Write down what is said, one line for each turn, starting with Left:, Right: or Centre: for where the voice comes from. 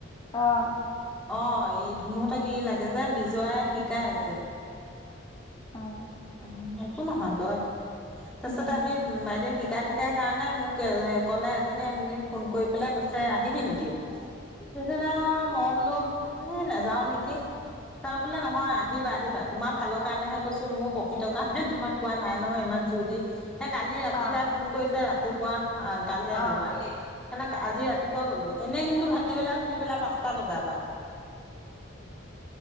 Left: অহ
Centre: অহ এই ধুনুহতক কি লাগে যে বি যোৱাই শিকাই আছে
Left: অহ
Centre: উম একো নহয় লৰাই তাৰ
Left: উম
Centre: পিছত আহ বাইদেউ শিক তাত শিকাই কাৰণে মোক ক'লে এজনীয়ে এদিন ফোন কৰি পেলাই কৈছে আহিবি নেকি তাৰ পিছত আহ মই বোলো এহ নাযাও নেকি চাব বোলে নহয় আহিবা আহিবা তোমাৰ ভালৰ কাৰণেহে কৈছো মোক প্ৰফিটৰ কাৰণে তোমাক কোৱা নাই নহয় ইমান জোৰ দি সেই কালি ৰাতি
Left: আহ
Centre: তাই ফোন কৰিছে ৰাতিপুৱা কাইলৈ আহিবা
Left: আহ
Centre: সে আজি ৰাতি ৰাতিপুৱা গলো এনে কিন্তু ভাটিবেলা ভাটিবেলা পাঁচটা বজাৰ পৰা,